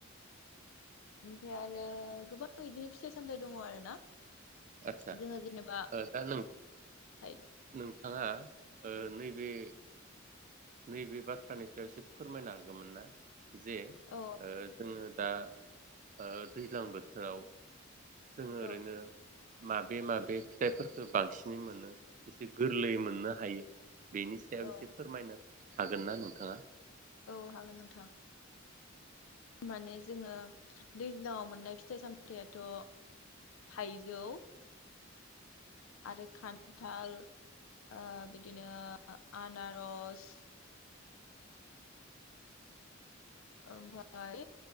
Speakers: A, on the left; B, on the right.
A: ओमफ्राय आरो गोबां बिदिनो फिथाइ सामथायाइ दङ आरो ना
B: आदसा
A: जोङो जेनेबा
B: दा नों
A: थाइ
B: नोंथाङा ओ नैबे नैबे बाथ्रानि सायाव एसे फोरमायनो हागौमोन ना? जे
A: औ
B: ओ जोङो दा ओ दैज्लां बोथोराव जोङो
A: औ
B: ओरैनो माबे माबे फिथाइफोरफोरखो बांसिनै मोनो एसे गोरलैयै मोननो हायो बेनि सायाव
A: औ
B: एसे फोरमायनो हागोन ना नोंथाङा?
A: औ हागोन नोंथां माने जोङो दैज्लाङाव मोननाय फिथाइ सामथायाइथ' थाइजौ आरो खान्थाल ओ बिदिनो आनारस ओमफाय